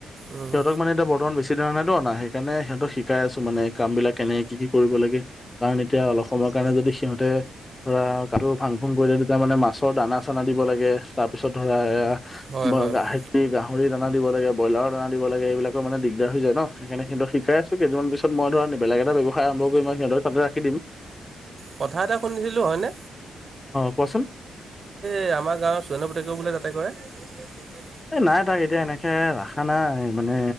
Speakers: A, on the right (about 40°); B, on the left (about 20°).
A: অঁ
B: সিহঁতক মানে এতিয়া বৰ্তমান বেছি সেই ধৰণেতো অনা সেইকাৰণে সিহঁতক শিকাই আছো মানে কাম বিলাক কেনে কি কি কৰিব লাগে। কাৰণ এতিয়া অলপ সময়ৰ কাৰণে যদি সিহঁতে ধৰা কাটো ফাং ফুং কৰিলে তেতিয়া মানে মাছৰ দানা চানা দিব লাগে তাৰপিছত ধৰা এয়া হেৰি
A: হয় হয় হয়।
B: গাহৰি দানা দিব লাগে ব্ৰইলাৰৰ দানা দিব লাগে এইবিলাকৰ মানে দিগদাৰ হৈ যায় ন সেইকাৰণে সিহঁতক শিকাই আছো কেইটামান পিছত মই ধৰা বেলেগ এটা ব্যৱসায় আৰম্ভ মই সিহঁত তাতে ৰাখি দিম।
A: কথা এটা শুনিছিলোঁ হয়নে?
B: কোৱা চোন।
A: এই আমাৰ গাঁৱৰ চোৱনৰ পুতেক বোলে তাতে কৰে?
B: এ নাই তাক এতিয়া এনেকে ৰাখা নাই মানে